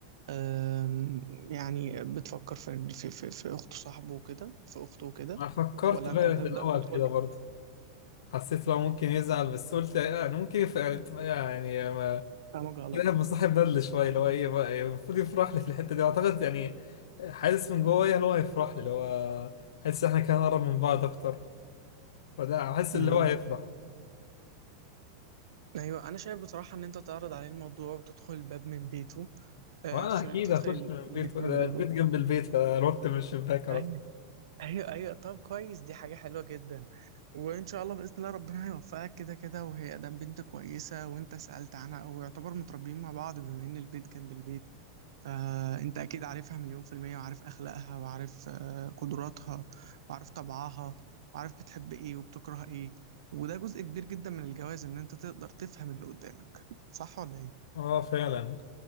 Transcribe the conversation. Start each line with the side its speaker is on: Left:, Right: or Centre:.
Right: آم، يعني بتفكر في في في, في اخت صاحبه وكده في اخته وكده
Left: انا فكرت
Right: ولا
Left: بقى
Right: انت هتبدأ
Left: في الاول
Right: تدخل
Left: كده برضه حسيت لو ممكن يزعل بس قلت يعني ممكن يف- يعني ما
Right: فاهمك غلط
Left: كده مصاحب بدل شويه اللي هو ايه بقى يعني المفروض يفرح لي في الحته دي اعتقد يعني حاسس من جوايا اللي هو هيفرح لي اللي هو حاسس احنا كان قرب من بعض اكتر فده حاسس
Right: أيوه.
Left: اللي هو هيفرح
Right: أيوه، أنا شايف بصراحة إن أنت تعرض عليه الموضوع وتدخل الباب من بيته آآ
Left: وانا
Right: سوري
Left: اكيد
Right: تدخل
Left: هخش من البيت
Right: البيت
Left: ده
Right: من بابه.
Left: البيت جنب البيت فنط من الشباك على
Right: أيوه،
Left: طول
Right: أيوه، أيوه، طب كويس دي حاجة حلوة جدًا، وإن شاء الله بإذن الله ربنا هيوفقك كده، كده، وهي أدام بنت كويسة وأنت سألت عنها أو يعتبر متربيين مع بعض بما إن البيت جنب البيت. فأنت أكيد عارفها مليون في المية وعارف أخلاقها وعارف آه، قدراتها وعارف طبعها وعارف بتحب إيه وبتكره إيه وده جزء كبير جدا من الجواز إن أنت تقدر تفهم اللي قدامك صح ولا إيه؟
Left: اه فعلا